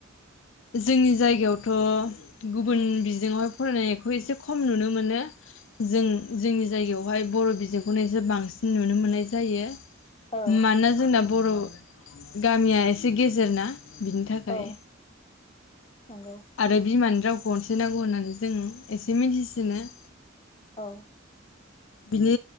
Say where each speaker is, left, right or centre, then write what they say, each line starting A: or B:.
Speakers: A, on the left (about 70°); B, on the left (about 30°).
A: जोंनि जायगायावथ' गुबुन बिजोंआवहाय फरायनायखौ एसे खम नुनो मोनो। जों जोंनि जायगायावहाय बर' बिजोंखौनो बांसिन नुनो मोननाय जायो
B: औ
A: मानोना जोंना बर' गामिया एसे गेजेर ना बिनि थाखाय
B: औ नंगौ
A: आरो बिमानि राव गनसे नांगौ होननानै जों एसे मिथिसिनो <unintelligible>
B: औ
A: बिनि